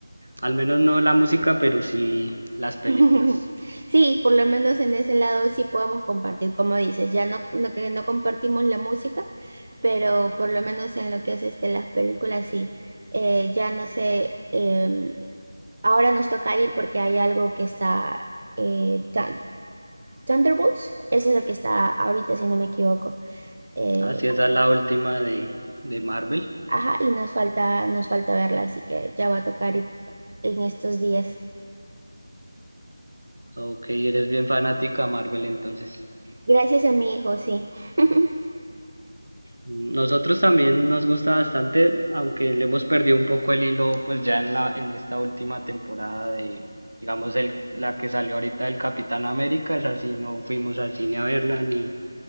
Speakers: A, on the right; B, on the right.
A: Al menos no la música, pero sí las películas.
B: <laughs> Sí, por lo menos en ese lado sí podemos compartir, como dices, ya no, no que no compartimos la música, pero por lo menos en lo que es este, las películas sí. Eh, ya no sé, em, ahora nos toca ir porque hay algo que está, eh, Thun- Thunderbolts, eso es lo que está ahorita, si no me equivoco. Eh,
A: Así es, esa es la última de, de Marvel.
B: ajá, y nos falta, nos falta verla, así que ya va a tocar ir en estos días.
A: Ok, eres bien fanática a Marvel entonces.
B: Gracias a mi hijo, sí. <laughs>
A: Nosotros también nos gusta bastante, aunque le hemos perdido un poco el hilo, pues ya en la, en esta última temporada de, digamos, el, la que salió ahorita del Capitán América, es así, no fuimos al cine a verla ni,